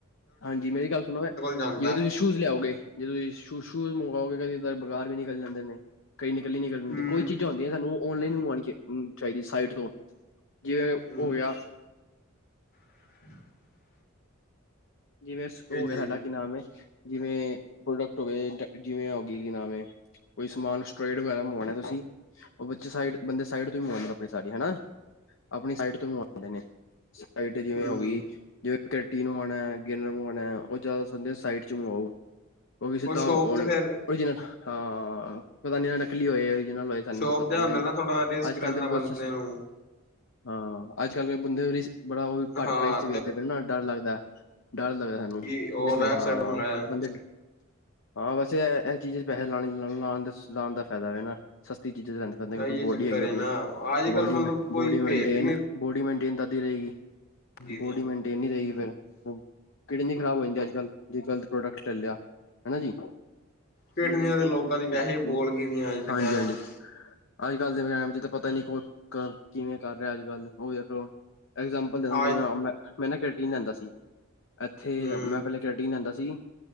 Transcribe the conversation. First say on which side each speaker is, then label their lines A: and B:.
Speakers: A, on the left; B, on the left.
A: ਹਾਂਜੀ, ਮੇਰੀ ਗੱਲ ਸੁਣੋਗੇ,
B: ਜਾਂਦਾ
A: ਜਿਵੇਂ ਤੁਸੀਂ ਸ਼ੂਜ ਲਿਆਓਗੇ ਜਦੋਂ ਤੁਸੀਂ ਸ਼ੂਜ਼, ਸ਼ੂਜ਼ ਮੰਗਵਾਓਗੇ, ਕਦਾਰ ਬੇਗਰ ਵੀ ਨਿਕਲ ਜਾਂਦੇ ਨੇ, ਕਈ ਨਿਕਲ ਨਿਕਲਣਦੇ,
B: ਹਮ
A: ਕੋਈ ਚੀਜ਼ਾਂ ਹੁੰਆਂ। ਇਹ ਸਾਨੂੰ ਔਨਲਾਈਨ ਮੰਗਉਣੀ ਚਾਹੀਦੀ ਸਾਈਟ ਤੋਂ, ਜਿਵੇਂ
B: ਹਮ
A: ਹੋ ਗਿਆ।
B: <inaudible>
A: ਜਿਵੇਂ
B: ਇਹ
A: ਹੋ
B: ਚੀਜ਼
A: ਗਿਆ ਸਾਡਾ। ਕੀ ਨਾਮ ਹੈ, ਜਿਵੇਂ ਪ੍ਰੋਡਕਟ ਹੋਵੇ, ਜਿਵੇਂ ਹੋ ਗ, ਕਿ ਨਾਮ ਹੈ। ਕੋਈ ਸਮਾਨ ਸਟ੍ਰਟ ਵਗੈਰਾ ਮੌਨਾਨਾ ਤੁਸੀਂ। ਉਹ ਸਾਈਡ, ਬੰਦੇ ਸਾਈਡ ਤੋਂ ਮੰਗਵਾਉਂਦੇ ਆਪਣੀ ਸਾਰੀ ਹਨਾ, ਆਪਣੀ ਸਾਈਡ ਤੋਂ ਮੰਗਵਾਉਂਦੇ ਨੇ। ਸਾਈਟ ਜਿਵੇਂ
B: ਹਮ
A: ਹੋ ਗਈ, ਜਿਵੇਂ ਕਟੀ ਨੂੰ ਹਣਾ। ਗਿਨਰ ਮੰਗਵਾਉਣਾ, ਉਹ ਜ਼ਿਆਦਾ ਸਿੰਘ ਸਾਈਟ ' ਤੋਂ ਮੰਗਵਾਓ, ਉਹ ਕਿ ਸਿੱਧਾ
B: ਸ਼ੋਪ
A: ਔ।
B: ਤੇ ਫੇਰ
A: ਹਾਂ, ਪਤਾ ਨੀ ਨਾ ਨਕਲੀ ਹੋਏ, ਓਰੀਜਨਲ ਹੋਏ। ਸਾਨੂੰ
B: ਸ਼ੋਪ
A: ਕੀ ਪਤਾ
B: ਤੇ ਹੁੰਦਾ
A: ਨਾ ਜੀ,
B: ਥੋੜਾ ਰਿਸਕ
A: ਅੱਜ- ਕੱਲ੍ਹ
B: ਰਹਿੰਦਾ
A: ਤਾਂ ਬਹੁਤ
B: ਬੰਦੇ
A: ਸਸ।
B: ਨੂੰ
A: ਹਾਂ, ਅੱਜ- ਕੱਲ੍ਹ ਬੰਦੇ, ਬੜਾ ਉਹ ਘੱਟ
B: ਹਾਂ
A: ਪ੍ਰਾਈਜ਼ 'ਚ ਵੇਚਦੇ ਪਏ ਨਾ, ਡਰ ਲੱਗਦਾ, ਡਰ ਲੱਗਦਾ।
B: ਤੇ ਉਹ
A: ਕਿਥੇ ਚਲੀਏ,
B: ਵੈਬਸਾਈਟ
A: ਹਾਂ
B: ਮੰਗਾਇਆ
A: ਬੰਦੇ ਹਾਂ ਬਸ ਇਹ ਇਹ ਚੀਜ਼ਾਂ 'ਚ ਪੈਸੇ ਲਾ ਲਾ ਲਾਣ ਲਾਉਣ ਦਾ ਫਾਇਦਾ, ਇਹ ਨਾ ਸਸਤੀ ਚੀਜ਼ਾਂ 'ਚ ਲੈਂਦੇ।
B: ਇਹ
A: ਕਿਉਂਕਿ
B: ਚੱਕਰ
A: ਬੋਡੀ ਹੈਗੀ ਆਪਣੀ,
B: ਹੈ ਨਾ ਅੱਜ
A: ਬੋਡੀ-
B: ਕੱਲ ਮਤਲਬ ਕੋਈ
A: ਬੋਡੀ ਮੇਨਟੇਨ
B: ਭੇਤ ਹੀ
A: ਬੋਡੀ ਮੇਨਟੇਨ ਤਦੀ ਰਹੇਗੀ,
B: ਨਹੀਂ
A: ਬੋਡੀ
B: ਦੀਆਂ
A: ਮੇਨਟੇਨ ਨਹੀਂ ਰਹੇਗੀ ਫਿਰ ਕਿਡਨੀ ਖ਼ਰਾਬ ਹੋ ਜਾਂਦੀ ਅੱਜ ਕੱਲ, ਜ ਗ਼ਲਤ ਪ੍ਰੋਡਕਟ ਲੈ ਲਿਆ, ਹਨਾ ਜੀ।
B: ਪਿੰਡਾਂ
A: ਜ
B: ਦੇ
A: ਗਲਤ
B: ਲੋਕਾਂ
A: ਪ੍ਰੋਡਕਟ
B: ਦੀ ਵੈਸੇ
A: ਲੈ ਲਿਆ,
B: ਬੋਲ ਗਈ ਦੀਆਂ ਅੱਜ ਦੇ
A: ਹਾਂਜੀ
B: ਟਾਈਮ
A: ਹਾਂਜੀ।
B: ਵਿੱਚ
A: ਅੱਜ ਕੱਲ ਦੇ ਟੈਮ 'ਚ ਤਾਂ ਪਤਾ ਨੀ ਕਿਵੇਂ ਕਰ ਰਿਹਾ ਕੋਈ ਅੱਜ ਕੱਲ, ਉਹ ਦੇਖ ਐਗਜਾਪਂਲ ਦੇਂਦਾ
B: ਅੱਜ
A: ਹਾਂ, ਮੈਂ ਨਾ ਪ੍ਰੋਟੀਨ ਲੈਂਦਾ ਸੀ, ਇੱਥੇ
B: ਹੂੰ
A: ਮੈਂ ਪਹਿਲੇ ਰੈਟ ਲਿਆਂਦਾ ਸੀ,